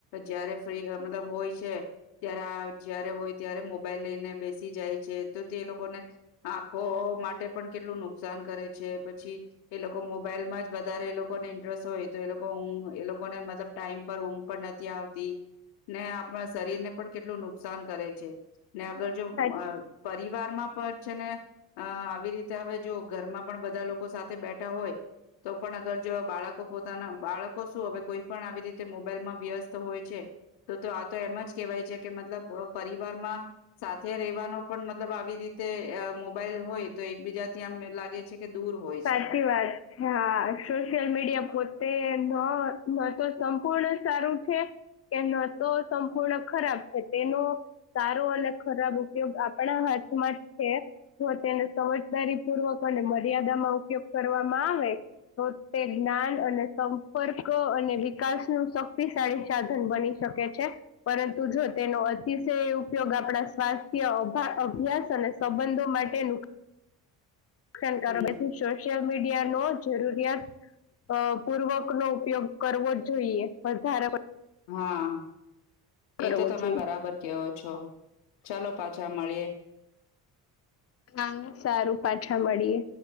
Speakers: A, on the left; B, on the left.
A: જયારે ફ્રી મતલબ હોય છે ત્યારે જયારે હોય ત્યારે મોબાઈલ લઈને બેસી જાય છે તો તે લોકોને આંખો માટે પણ કેટલું નુકસાન કરે છે પછી એ લોકો મોબાઈલમાં જ વધારે એ લોકોને ઇન્ટરેસ્ટ હોય તો એ લોકો ઊંઘ એ લોકોને મતલબ ટાઈમ પર ઊંઘ પણ નથી આવતી ને આપણા શરીરને પણ કેટલું નુકસાન કરે છે ને અગર જો
B: સાચું
A: અ પરિવારમાં પણ છે ને અ આવી રીતે હવે જો ઘરમાં પણ બધા લોકો સાથે બેઠા હોય તો પણ અગર જો બાળકો પોતાના બાળકો શું હવે કોઈ પણ આવી રીતે મોબાઈલમાં વ્યસ્ત હોય છે તો તો આ તો એમ જ કેહેવાય છે કે મતલબ પરિવારમાં સાથે રેવાનો પણ મતલબ આવી રીતે મોબાઈલ હોય તો એકબીજા થી આમ લાગે છે કે દૂર હોય
B: સાચી
A: છે.
B: વાત છે હા સોશિયલ મીડિયા પોતે ન ન તો સંપૂર્ણ સારું છે કે ન તો સંપૂર્ણ ખરાબ છે. તેનો સારો અને ખરાબ ઉપયોગ આપણા હાથમાં છે જો તેનો સમયસર દારી પૂર્વક અને મર્યાદામાં ઉપયોગ કરવામાં આવે તો તે જ્ઞાન અને સંપર્ક અને વિકાસ નું શક્તિશાળી સાધન બની શ શકે છે પરંતુ જો તેનો અતિશય ઉપયોગ આપણા સ્વાસ્થ્ય અભ્યાસ અને અને સંબંધો માટે નુક્ શકારોથી
A: હમ.
B: સોશિયલ મીડિયા નો જરૂરિયાત અ પૂર્વક નો ઉપયોગ કરવો જ જોઈએ વધારે <inaudible>
A: હા
B: પડતો
A: એ
B: કરવો
A: તો તમે
B: જોઈએ.
A: બરાબર કેવો છો ચાલો પાછા પાચછા મળીએ.
B: હા સારું પાછા મળીએ.